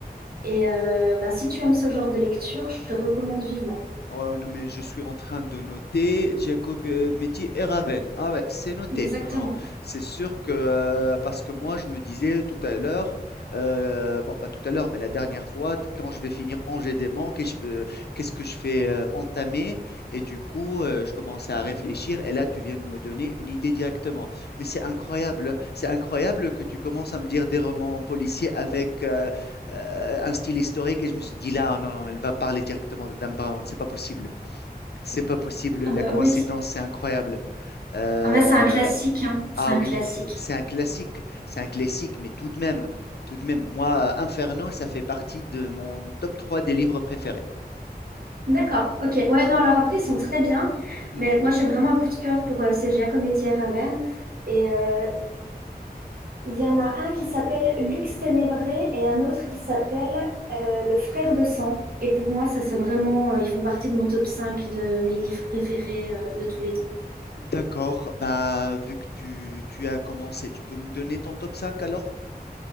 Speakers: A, on the right; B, on the left.
A: Et euh, ben, si tu aimes ce genre de lecture, je te recommande vivement.
B: Ouais, ouais, non, mais je suis en train de noter Giacometti et Raven. Ah ouais, c'est noté.
A: Exactement.
B: Non, non, c'est sûr que, euh, parce que moi, je me disais tout à l'heure, euh, bon, pas tout à l'heure, mais la dernière fois, quand je vais finir Angers-Démon, qu'est-ce que je fais, qu'est-ce que je fais euh, entamer? Et du coup, euh, je commençais à réfléchir, et là, tu viens de me donner une idée directement. Mais c'est incroyable, c'est incroyable que tu commences à me dire des romans policiers avec euh, euh, un style historique et je me suis dit là, oh, non, non, elle va parler directement de Dan Brown, c'est pas possible, c'est pas possible,
A: Ah
B: la
A: bah
B: coïncidence,
A: oui.
B: c'est incroyable. Euh,
A: Ah bah, c'est un classique, hein.
B: ah
A: C'est un
B: oui,
A: classique.
B: c'est un classique, c'est un classique, mais tout de même, tout de même, moi, euh, Inferno, ça fait partie de mon top 3 des livres préférés.
A: D'accord, ok. Ouais, non, alors après, ils sont très bien.
B: Hmm,
A: Mais moi, j'ai vraiment un coup de cœur pour euh, ces Giacometti et Raven. Et euh, il y en a un qui s'appelle Lux Ténébré et un autre qui s'appelle euh, Le Frère de Sang. Et pour moi, ça, c'est vraiment. euh, ils font partie de mon top 5 de mes livres préférés euh, de tous les temps.
B: D'accord, bah vu que tu, tu as commencé, tu peux me donner ton top cinq alors?